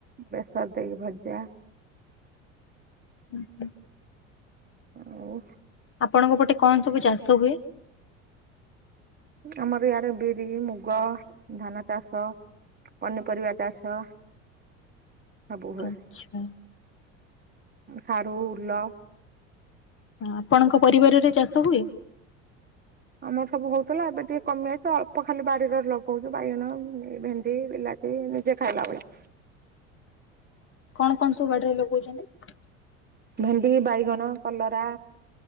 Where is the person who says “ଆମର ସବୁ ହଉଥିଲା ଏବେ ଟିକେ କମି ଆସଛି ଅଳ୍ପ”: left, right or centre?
Right